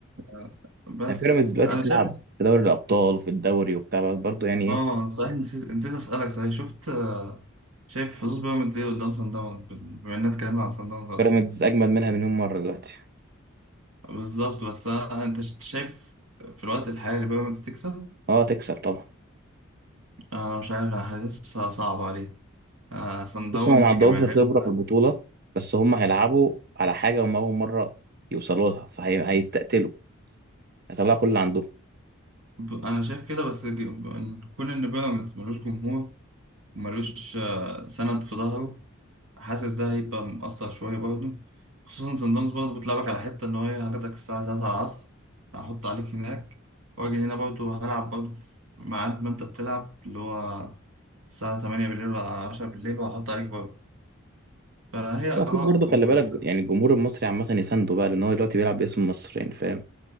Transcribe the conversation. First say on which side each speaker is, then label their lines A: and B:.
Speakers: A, on the right (about 85°); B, on the right (about 45°).
A: آه، بس
B: يعني بيراميدز دلوقتي
A: انا
B: بتلعب
A: شايف
B: في دوري الأبطال وفي الدوري وبتاع برضه يعني
A: اه
B: إيه
A: صحيح نسيت نسيت اسالك صحيح شفت آه، شايف حظوظ بيراميدز ايه قدام سان داونز بال- بما اننا اتكلمنا عن سان داونز اصلا
B: بيراميدز أجمد منها مليون مرة دلوقتي
A: بالظبط بس أنا انت ش- شايف في الوقت الحالي بيراميدز تكسب
B: اه تكسب طبعا
A: انا مش عارف انا حاسسها صعبه عليه آه، سان داونز
B: بص هم ما
A: بجماهيرها
B: عندهمش خبرة في البطولة بس هم هيلعبوا على حاجة هم أول مرة يوصلوا لها فهيستقتلوا هيطلعوا كل اللي عندهم
A: ب- انا شايف كده بس ج- كون ان بيراميدز ملوش جمهور ملوش آه، سند في ظهره حاسس ده هيبقى مأثر شوية برضه خصوصا سان داونز برضه بتلعبك على حتة إن هو إيه، هاخدك الساعة تلاتة العصر هحط عليك هناك وأجي هنا برضه هلعب برضه في ميعاد ما أنت بتلعب اللي هو الساعة تمانية بالليل ولا عشرة بالليل وهحط عليك برضه فهي آراء
B: المفروض برضه خلي
A: و
B: بالك يعني الجمهور المصري عامة يسانده بقى لأن هو دلوقتي بيلعب باسم مصر يعني فاهم